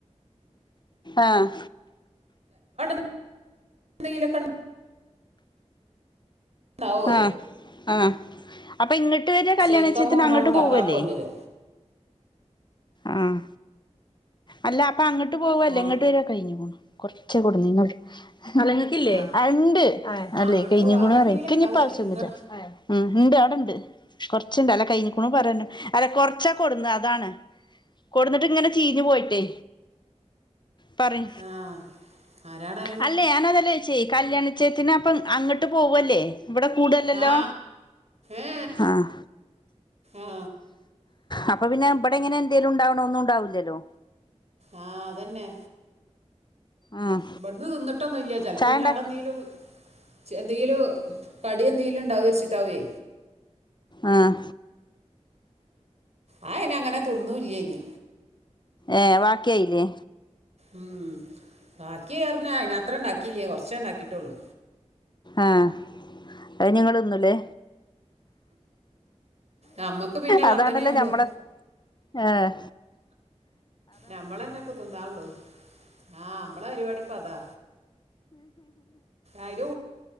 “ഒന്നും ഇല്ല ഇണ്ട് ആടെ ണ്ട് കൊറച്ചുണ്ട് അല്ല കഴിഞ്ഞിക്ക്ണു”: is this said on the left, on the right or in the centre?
Left